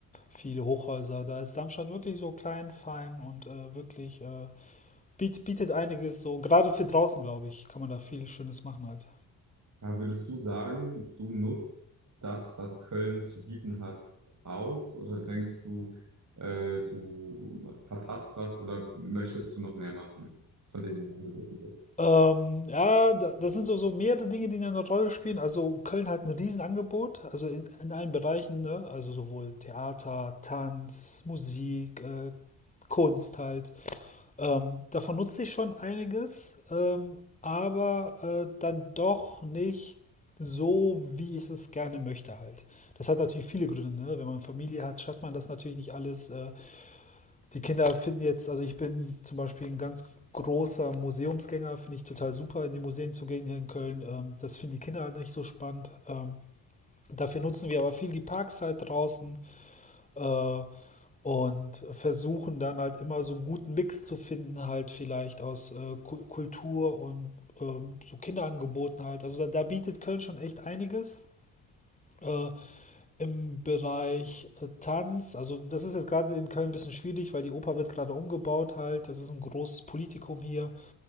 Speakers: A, on the left; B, on the right.
A: Viele Hochhäuser. Da ist Darmstadt wirklich so klein, fein und äh, wirklich äh, biet, bietet einiges so, gerade für draußen, glaube ich, kann man da viel Schönes machen halt.
B: Ja, würdest du sagen, du nutzt das, was Köln zu bieten hat, aus? Oder denkst du, äh, du verpasst was oder möchtest du noch mehr machen von dem, was angeboten wird?
A: Ähm, ja, da- das sind so, so mehrere Dinge, die eine Rolle spielen. Also Köln hat ein Riesenangebot, also in, in allen Bereichen, ne? Also sowohl Theater, Tanz, Musik, äh, Kunst halt. Ähm, davon nutze ich schon einiges, ähm, aber äh, dann doch nicht so, wie ich es gerne möchte halt. Das hat natürlich viele Gründe. Ne? Wenn man Familie hat, schafft man das natürlich nicht alles. Äh, die Kinder finden jetzt, also ich bin zum Beispiel ein ganz großer Museumsgänger, finde ich total super, in die Museen zu gehen hier in Köln. Ähm, das finden die Kinder halt nicht so spannend. Ähm, dafür nutzen wir aber viel die Parks halt draußen. Äh, und versuchen dann halt immer so einen guten Mix zu finden, halt vielleicht aus äh, Kultur und ähm, so Kinderangeboten halt. Also da, da bietet Köln schon echt einiges. Äh, Im Bereich äh, Tanz, also das ist jetzt gerade in Köln ein bisschen schwierig, weil die Oper wird gerade umgebaut halt. Das ist ein großes Politikum hier.